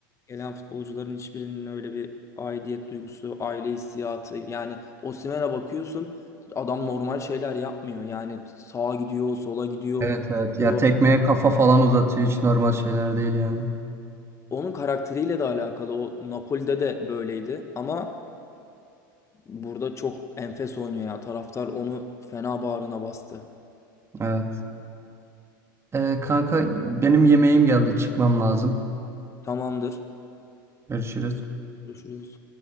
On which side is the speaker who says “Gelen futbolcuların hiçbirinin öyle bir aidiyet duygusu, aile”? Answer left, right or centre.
Left